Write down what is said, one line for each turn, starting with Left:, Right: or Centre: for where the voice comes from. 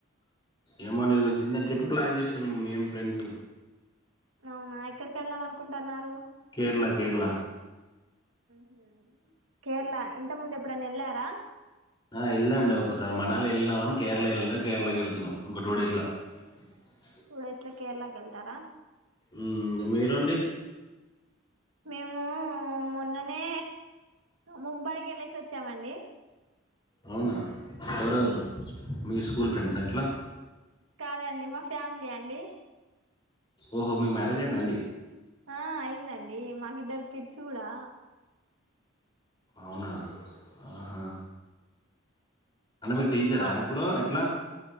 Left: ఏమో నీకు చిన్న ట్రిప్ ప్లాన్ చేస్తున్నాము మేము ఫ్రెండ్స్
Right: అవునా ఎక్కడికి వెళ్దాం అనుకుంటన్నారు
Left: కేరళ కేరళ
Right: హ కేరళ ఇంత ముందు ఎప్పుడన్న వెళ్ళారా
Left: ఆ వెళ్ళా అండి ఒక్కోసారి మనాలి వెళ్ళినాం అని కేరళ వెళ్ళా కేరళకి వెళ్తున్నాం ఒక టూ డేస్ లా అ
Right: టూ డేస్ లా కేరళకి వెళ్తారా
Left: ఉ ఇంకా మీరు అండి
Right: మేము ఆ మొన్ననే ముంబైకి ఎల్లేసి వచ్చామండి
Left: అవునా ఎవరెవరు మీ స్కూల్ ఫ్రెండ్సా ఎట్లా
Right: కాదండి మా ఫ్యామిలీ అండి
Left: ఓహో మీకు మ్యారేజ్ అయిందా అండి
Right: ఆ అయింది అండి మాకిద్దరు కిట్స్ కూడా
Left: అవునా ఆహా అంటే మీరు టీచరా
Right: మా
Left: ఇప్పుడు ఎట్లా